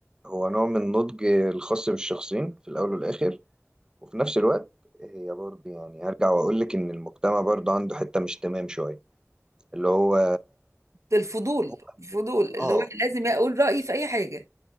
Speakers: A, on the right; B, on the right.
A: هو نوع من النضج الخاص بالشخصين في الاول والاخر وفي نفس الوقت هي برضو يعني هرجع واقول لك ان المجتمع برضو عنده حتة مش تمام شوية اللي هو
B: الفضول
A: هو
B: الفضول اللي
A: اه
B: هو لازم أقول رأيي في أي حاجة